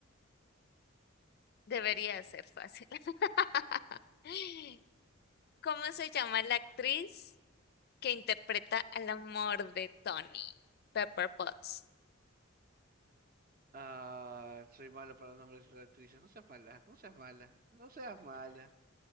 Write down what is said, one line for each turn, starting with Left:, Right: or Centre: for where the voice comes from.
Left: debería ser fácil. <laughs> ¿Cómo se llama la actriz? que interpreta al amor de Tony, Pepper Potts.
Right: Ah, soy malo para los nombres de las actrices. No seas mala, no seas mala, no seas mala.